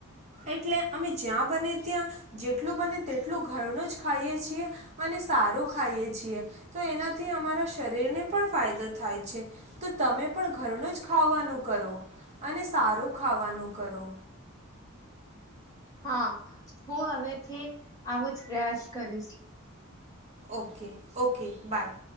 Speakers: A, on the right; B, on the left.
A: એટલે અમે જ્યાં બને ત્યાં જેટલું બને તેટલું ઘરનું જ ખાઈએ છીએ અને સારું ખાઈ છીએ, તો એનાથી અમારા શરીરને પણ ફાયદો થાય છે, તો તમે પણ ઘરનું જ ખાવાનું કરો. અને સારું ખાવાનું કરો.
B: હા હું હવેથી આવો જ પ્રયાસ કરીશ.
A: ઓકે. Okay by.